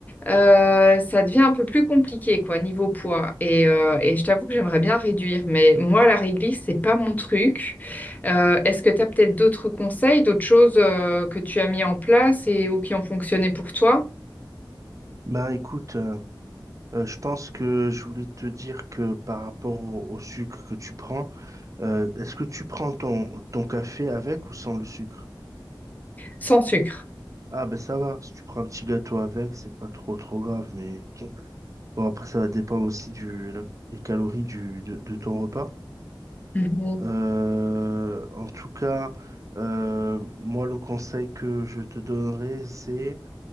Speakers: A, on the left; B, on the right.
A: euh, ça devient un peu plus compliqué, quoi, niveau poids. Et, euh, et je t'avoue que j'aimerais bien réduire, mais moi la réglisse, c'est pas mon truc. Euh, est-ce que tu as peut-être d'autres conseils, d'autres choses euh, que tu as mis en place et ou qui ont fonctionné pour toi
B: Bah écoute, euh, euh, je pense que je voulais te dire que par rapport au, au sucre que tu prends, euh, est-ce que tu prends ton, ton café avec ou sans le sucre?
A: sans sucre?
B: Ah ben ça va, si tu prends un petit gâteau avec, c'est pas trop trop grave, mais bon après ça va dépendre aussi du, la- des calories du, de, de ton repas.
A: Mhm,
B: Euh, en tout cas, euh, moi le conseil que je te donnerais, c'est